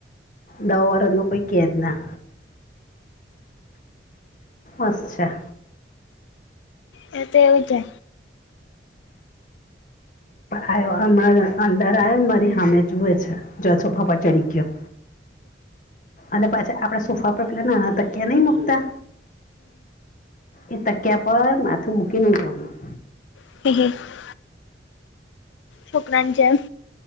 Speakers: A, on the left (about 45°); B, on the left (about 80°).
A: દહ વરસ નું કોઈ કેજ ના અચ્છા
B: એ તો એવું છે
A: આવ્યો હમણાં અંદર આવ્યો મારી સામે જુએ છે જો સોફા પરા ચડી ગયો અને પાછા આપડા સોફા પર પેલા નાના તક્યા નહી મુકતા એ તક્યા પર માથું મૂકી ને જોવાનું.
B: <inaudible> છોકરાની જેમ.